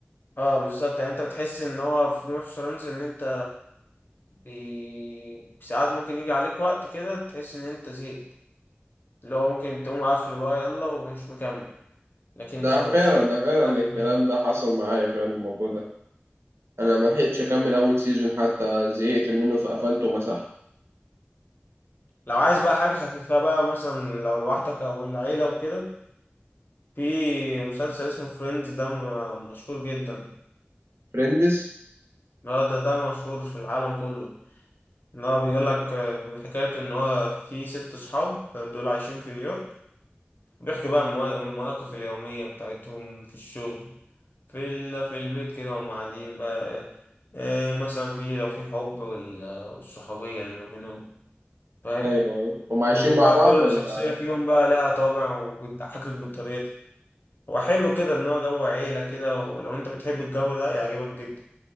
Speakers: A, on the left; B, on the right.
A: اه بالظبط يعني انت بتحس ان هو في جيم اوف ثرونز ان انت بي... ساعات ممكن يجي عليك وقت كده تحس ان انت زهقت اللي هو ممكن تقوم قافل بقى يلا ومش مكمل لكن
B: ده
A: ذا ويتشر
B: فعلا ده فعلا
A: اخف
B: الكلام
A: منه
B: ده حصل معايا فعلا الموضوع ده أنا ملحقتش أكمل أول سيزون حتى زهقت منه فقفلته ومسحته
A: لو عايز بقى حاجة خفيفة بقى مثلا لو لوحدك أو العيلة وكده في مسلسل اسمه فريندز ده م- مشهور جدا
B: فريندز
A: هو ده ده مشهور في العالم كله إن هو بيقول لك آه، حكايته إن هو في ست صحاب دول عايشين في نيويورك بيحكي بقى الموا- المواقف اليومية بتاعتهم في الشغل في ال... في البيت كده وهم قاعدين بقى آه، آه، مثلا في لو في حب وال- والصحوبية اللي ما بينهم فاهم
B: أيوه أيوه هم عايشين
A: وبقى
B: مع بعض
A: كل
B: ولا
A: شخصية فيهم بقى لها طابع وبتضحكك بطريقتها هو حلو كده ان هو جو عيله كده ولو انت بتحب الجو ده يعجبك جدا